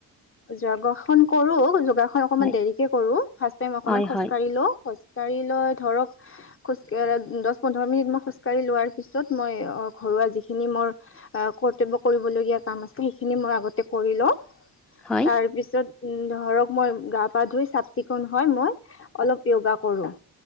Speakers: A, on the left (about 30°); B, in the centre.
A: <unintelligible> ন কৰোঁ, যোগাসন অকনমান
B: হয়
A: দেৰিকে কৰোঁ, ফাৰ্ষ্ট টাইম অকনমান
B: হয়
A: খোজকাঢ়ি
B: হয়
A: লওঁ, খোজকাঢ়ি লৈ ধৰক খোজ-অ', দচ, পোন্ধৰ মিনিট মই খোজকাঢ়ি লোৱাৰ পিছত মই অ', ঘৰুৱা যিখিনি মই আ, কৰ্তব্য কৰিবলগীয়া কাম আছে সেইখিনি মই আগতে কৰি লওঁ।
B: হয়
A: তাৰপিছত উম, ধৰক মই গা পা ধুই, চাফ চিকুণ হৈ মই অলপ য়োগা কৰোঁ।